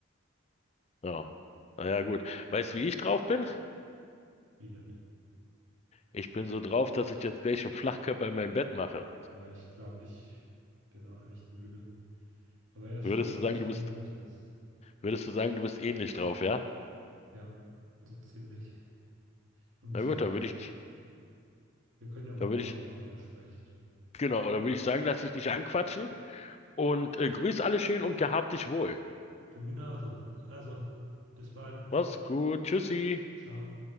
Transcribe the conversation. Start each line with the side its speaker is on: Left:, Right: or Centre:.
Left: Ja. Naja, gut. Weißt du, wie ich drauf bin?
Right: Wielert.
Left: Ich bin so drauf, dass ich jetzt gleich einen Flachkörper in mein Bett mache.
Right: Ja, ich glaube, ich bin auch echt müde. Aber ja, schön,
Left: Würdest
Right: dass
Left: du
Right: du
Left: sagen,
Right: dich
Left: du
Right: gemeldet
Left: bist,
Right: hast.
Left: würdest du sagen, du bist ähnlich drauf, ja?
Right: Ja, so ziemlich. Und
Left: Na gut,
Right: ja,
Left: da würde ich,
Right: wir können ja morgen
Left: da würde ich,
Right: gerne nochmal sprechen.
Left: genau, da würde ich sagen, lass dich nicht anquatschen und äh, grüß alle schön und gehabt dich wohl.
Right: Du genauso. Also, bis bald.
Left: Mach's gut, tschüssi.
Right: Ciao.